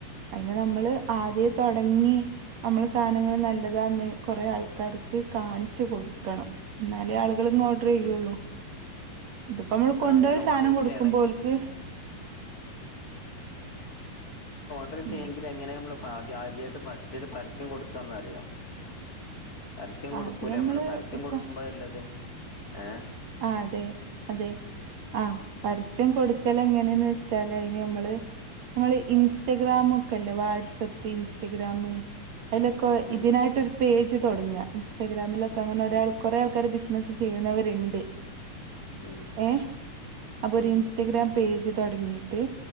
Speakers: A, on the right; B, on the left.
A: അയിന് നമ്മള് ആദ്യേ
B: ഉം
A: തൊടങ്ങി നമ്മള സാധനങ്ങൾ നല്ലതാന്ന് കുറേ ആൾക്കാർക്ക് കാണിച്ചു കൊടുക്കണം എന്നാലേ ആളുകൾക്ക് ഓർഡർ ചെയ്യുള്ളു
B: ഉം
A: ഇതിപ്പോ നമ്മൾ കൊണ്ടുപോയി
B: ആ അങ്ങനെ
A: സാധനം
B: ഓർഡർ
A: കൊടുക്കുമ്പോൽക്ക്
B: ചെയ്യണേ <unintelligible> എങ്ങനെയ
A: ഉം,
B: നമ്മളിപ്പ ആദ്യാ ആദ്യായിട്ട് ഫസ്റ്റ് ഒരു പരസ്യം കൊടുക്കുകന്നറിയോ പരസ്യം കൊടുക്കൂലേ
A: അത്
B: നമ്മള് പരസ്യം
A: ഇപ്പൊ
B: കൊടുക്കുമ്പോഴല്ലത് ഏ
A: ആ അതെ അതെ ആഹ് പരസ്യം കൊടുക്കലെങ്ങനെയന്ന് വെച്ചാല് അതിന് നമ്മള് നമ്മള് ഇൻസ്റ്റഗ്രാമ ഒക്കെല്ലേ വാട്സപ്പ് ഇൻസ്റ്റഗ്രാമ് അതിലൊക്കെ
B: ഉം
A: ഇതിനായിട്ടൊരു പേജ് തുടങ്ങുക ഇൻസ്റ്റഗ്രാമിലൊക്കെ അങ്ങനെ
B: ഉം
A: ഒരാൾ കുറെേ ആൾക്കാര് ബിസ്സി ബിസിനസ്സ് ചെയ്യുന്നവരുണ്ട്
B: ഉം
A: ഏ അപ്പ
B: ഉം
A: ഒരു ഇൻസ്റ്റാഗ്രാം പേജ് തൊടങ്ങിയിട്ട്